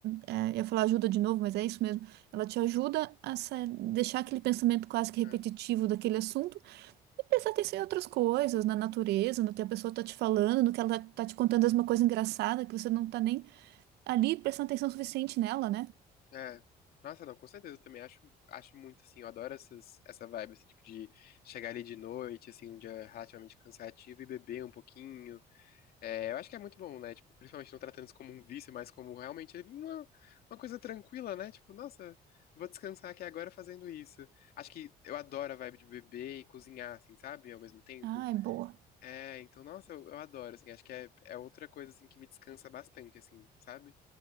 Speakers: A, on the right (about 75°); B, on the left (about 65°).
A: é, eu ia falar ajuda de novo, mas é isso mesmo. Ela te ajuda a sa- deixar aquele pensamento quase que repetitivo
B: é.
A: daquele assunto e prestar atenção em outras coisas, na natureza, no que a pessoa tá te falando, no que ela tá te contando alguma coisa engraçada que você não tá nem ali prestando atenção suficiente nela, né?
B: é. Nossa, não, com certeza, eu também acho, acho muito, assim, eu adoro essas, essa vibe, assim, tipo, de chegar ali de noite, assim, um dia relativamente cansativo e beber um pouquinho, É, eu acho que é muito bom, né? Tipo, principalmente não tratando isso como um vício, mas como realmente é uma, uma coisa tranquila, né? Tipo, nossa, vou descansar aqui agora fazendo isso. Acho que eu adoro a vibe de beber e cozinhar, assim, sabe? Ao mesmo tempo.
A: Ah, é boa.
B: É, então, nossa, eu, eu adoro, assim. Acho que é, é outra coisa, assim, que me descansa bastante, assim, sabe?